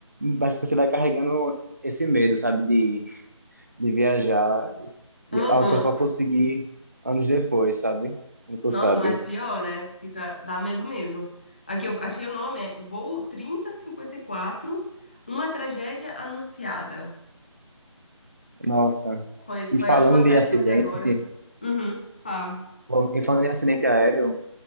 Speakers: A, on the right; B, on the left.
A: parece que você vai carregando esse medo, sabe, de, de viajar, e
B: Aham.
A: é algo que eu só consegui anos depois, sabe? Como tu
B: Nossa,
A: sabe.
B: mas pior, né? Fica, dá medo mesmo. Aqui eu achei o nome, é Voo 3054, Uma Tragédia Anunciada.
A: Nossa.
B: Foi,
A: E
B: foi
A: falando
B: a última série
A: de acidente,
B: que eu vi agora. Uhum, fala.
A: bom, e falando de acidente aéreo,